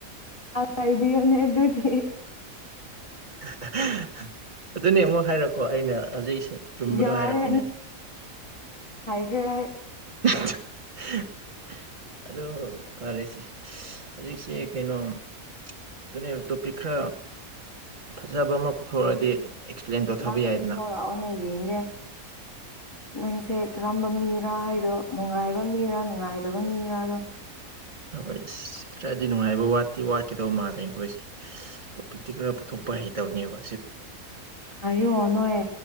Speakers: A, on the left; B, on the right.
A: ꯀꯥꯏꯗꯤ ꯌꯅꯦꯗꯗꯤ
B: <inaudible> ꯑꯗꯨꯅꯦ ꯑꯃꯨꯛ ꯍꯥꯏꯔꯛꯀꯣ ꯑꯩꯅ ꯍꯧꯖꯤꯛ ꯆꯨꯝꯕꯗꯣ
A: ꯌꯥꯔꯦ
B: ꯍꯥꯏꯔꯛꯀꯦꯅꯦ
A: ꯇꯦ
B: <unintelligible> ꯑ ꯐꯔꯦꯁꯦ ꯍꯧꯖꯤꯛꯁꯦ ꯀꯩꯅꯣꯝ ꯑꯗꯨꯅꯦꯕ ꯇꯣꯄꯤꯛ ꯈꯔ ꯐꯖꯕ ꯑꯃ ꯄꯨꯊꯣꯔꯛꯑꯗꯤ ꯑꯦꯛꯁꯄ꯭ꯂꯦꯟ ꯇꯧꯊꯕ
A: ꯅꯪꯅꯣ
B: ꯌꯥꯏꯗꯅ
A: ꯄꯨꯊꯣꯔꯛꯑꯣꯅꯦ ꯌꯦꯡꯒꯦ ꯅꯪꯁꯦ ꯀꯔꯝꯕ ꯃꯤ ꯔ ꯍꯥꯏꯗꯣ ꯅꯨꯡꯉꯥꯏꯕ ꯃꯤꯔꯥ ꯅꯨꯡꯉꯥꯏꯇꯕ ꯃꯤꯔꯥꯗꯣ
B: ꯍꯣꯏ ꯑꯁ ꯈꯔꯗꯤ ꯅꯨꯡꯉꯥꯏꯕ ꯋꯥꯠꯇꯦ ꯋꯥꯠꯀꯗꯧ ꯃꯥꯜꯂꯦ ꯑꯩꯈꯣꯏꯁꯦ ꯇꯣꯄꯤꯛꯇꯤ ꯈꯔ ꯄꯨꯊꯣꯛ ꯍꯩ ꯇꯧꯅꯦꯕ
A: ꯑꯥꯏꯌꯣ ꯅꯣꯏ